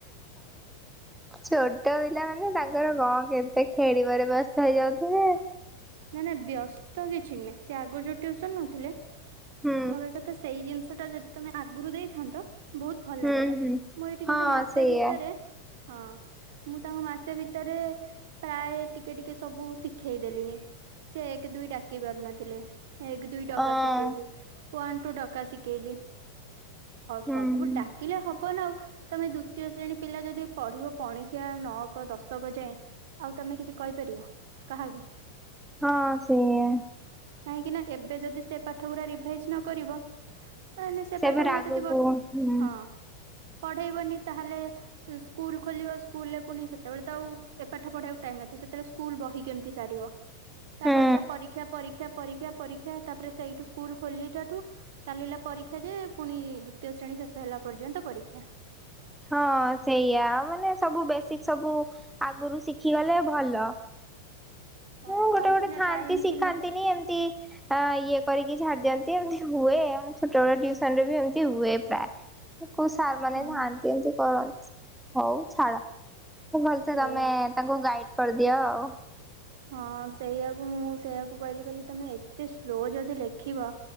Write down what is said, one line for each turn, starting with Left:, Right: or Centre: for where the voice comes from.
Centre: ଛୋଟ ପିଲା। ତାଙ୍କର କଣ କେତେ ଖେଳିବାରେ ବ୍ୟସ୍ତ ହେଇଯାଉଥିବେ।
Right: ନାଇଁ ନା ବ୍ୟସ୍ତ କିଛି ନୁହେଁ ସେ ଆଗରୁ ଯୋଉ ଟିଉସନ ହୋଉଥିଲେ। ମୁଁ
Centre: ହୁଁ
Right: କହିଲି କଥା ସେଇ ଜିନିଷ। ଟା ଯଦି ତମେ ଆଗରୁ ଦେଇଥାନ୍ତ। ବହୁତ ଭଲ
Centre: ହୁଁ
Right: ଲଇଥା ତା
Centre: ହୁଁ
Right: ମୁଁ ଏଇଠି
Centre: ହଁ
Right: କିନ୍ତୁ ମାସେ
Centre: ସେଇଆ
Right: ଭିତରେ। ହଁ ମୁଁ ତାଙ୍କ ମାସେ ଭିତରେ ପ୍ରାୟ ଟିକେ ଟିକେ ସବୁ ଶିଖେଇ ଦେଲିଣି। ସେ ଏକ ଦୁଇ ଡାକି ପାରୁ ନଥିଲେ। ଏକ ଦୁଇ ଟକା
Centre: ଅଁ
Right: ଶିକେଇିଲ। ଓ୍ବାନ ଟୁ ଡକା ଶିଖେଇଲି।
Centre: ହୁଁ
Right: ସବୁବେ ଡାକିଲେ ହବ ନା ଆଉ। ତମେ ଦ୍ଵିତୀୟ ଶ୍ରେଣୀ ପିଲା ଯଦି ପଢିବ ପଣିଖିଆ ନଅକ ଦଶକ ଯାଏଁ ଆଉ ତମେ କିଛି କହିପାରିବ କାହାକୁ।
Centre: ହଁ ସେଇଆ।
Right: କାହିଁକି ନା ଏବେ ଯଦି ସେ ପାଠ ଗୁଡା ରିଭାଇଜ ନ କରିବ। ମାନେ ସେ
Centre: ସେବେ
Right: ପାଠ ଗୁରା
Centre: ଆଗକୁ
Right: ଯଦି ବର୍
Centre: ହୁଁ।
Right: ହଁ ପଢେଇବନି ତାହଲେ ସ୍କୁଲ ଖୋଲିବ ସ୍କୁଲରେ ପୁଣି ସେତେବେଳେ ତ ଆଉ ଏ ପାଠ ପଢେଇବାକୁ ଟାଇମ୍ ନଥିବ ସେତେବେଳେ ସ୍କୁଲ ବହି କେମିତି ସାରିବ। ତାପରେ
Centre: ହୁଁ
Right: ତ ପରୀକ୍ଷା ପରୀକ୍ଷା ପରୀକ୍ଷା ପରୀକ୍ଷା ତାପରେ ସେଇଠୁ ସ୍କୁଲ ଖୋଲିଲଠୁ ଚାଲିଲା ପରୀକ୍ଷା ଯେ ପୁଣି ଦ୍ଵିତୀୟ ଶ୍ରେଣୀ ଶେଷ ହେଲା ପର୍ଯ୍ୟନ୍ତ ପରୀକ୍ଷା।
Centre: ହଁ ସେଇଆ ମାନେ ସବୁ ବେସିକ ସବୁ। ଆଗରୁ ଶିଖିଗଲେ ଭଲ।
Right: ହଁ
Centre: ହୁଁ ଗୋଟେ
Right: ଆଉ
Centre: ଗୋଟେ
Right: ସିନା
Centre: ଥାଆନ୍ତି
Right: ଟାଇମ
Centre: ଶିଖାନ୍ତିନି
Right: ଥିଲେ
Centre: ଏମିତି ଅ ଇଏ କରିକି ଛାଡି ଦିଅନ୍ତି ଏମତି। ହୁଏ, ଆମ ଛୋଟବେଳ ଟିଉସନରେ ବି ଏମିତି ହୁଏ ପ୍ରାୟ। କୋଉ ସାରମାନେ
Right: ହଁ
Centre: ନାନ୍ <inaudible> କର୍ ହଉ ଛାଡ। <inaudible> ଭଲସେ
Right: ସେଇଆ
Centre: ତମେ ତାଙ୍କୁ ଗାଇଡ୍ କରିଦିଅ ଆଉ।
Right: ହଁ ସେଇଆକୁ ମୁଁ ସେଇଆକୁ କହିଲି କହିଲି ତମେ ଏତେ ସ୍ଲୋ ଯଦି ଲେଖିବ।